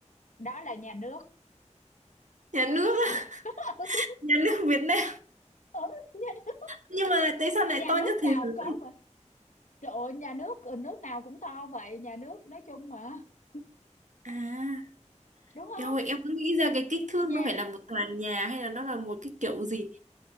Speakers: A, on the left (about 80°); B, on the right (about 75°).
A: đó là nhà nước
B: nhà nước á,
A: <laughs>
B: nhà nước Việt Nam
A: ừ, nhà nước
B: nhưng mà tại sao lại
A: nhà
B: to
A: nước
B: nhất
A: nào
B: thế giới
A: cũng có vậy trời ơi, nhà nước ừ, nước nào cũng to vậy nhà nước nói chung mà <laughs>
B: à
A: đúng không
B: em ơi, em cứ nghĩ ra
A: thì
B: cái kích thước
A: nhà
B: nó phải là một tòa nhà hay là nó là một cái kiểu gì